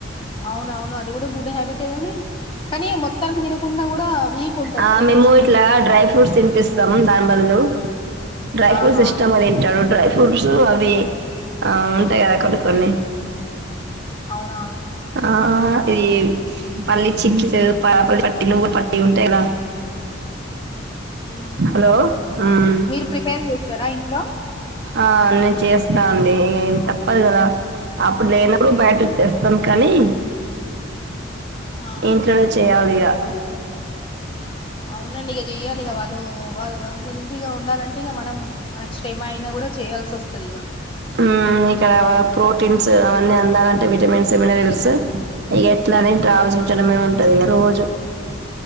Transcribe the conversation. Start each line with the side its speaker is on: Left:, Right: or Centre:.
Left: అవును అవును అది గూడా గుడ్ హ్యాబిటే గాని కానీ మొత్తానికి తినకున్నా గూడా వీక్ ఉంటరు
Right: ఆ
Left: గదా
Right: మేము
Left: కొంచెం
Right: ఇట్లా డ్రై ఫ్రూట్స్ తిపిస్తాం దాని బదులు డ్రై ఫ్రూట్స్
Left: ఆహా
Right: ఇష్టంగా తింటడు డ్రై ఫ్రూడ్స్ అవి అ ఉంటాయి గదా కొన్ని కొన్ని
Left: అవునా
Right: ఆ ఇది పల్లి చిక్కిస్ పల్ పట్టి నువ్వుల పట్టి ఉంటాయి గదా
Left: ఉహు
Right: హలో ఉమ్
Left: మీరు ప్రిపేర్ చేస్తారా ఇంట్లో
Right: ఆ నేను చేస్తా అండి తప్పదు గదా అప్పుడు లేనప్పుడు బయటనుంచి తేస్తాం కానీ
Left: ఆ
Right: ఇంట్లోనే చేయాలి ఇగా
Left: అవునండి ఇగా చెయ్యాలి ఇగా వాళ్ళు వాళ్ళు హెల్తీగా ఉండాలంటే ఇగా మనం మనకు శ్రమ అయినా గూడా చేయాల్సి వస్తది ఇగా
Right: మ్ ఇక్కడ వా ప్రోటీన్స్ అవన్నీ అందాలంటే విటమిన్స్ మినరల్స్ ఇగా ఎట్లానే ఆలోసించడమే ఉంటది ఇగా రోజు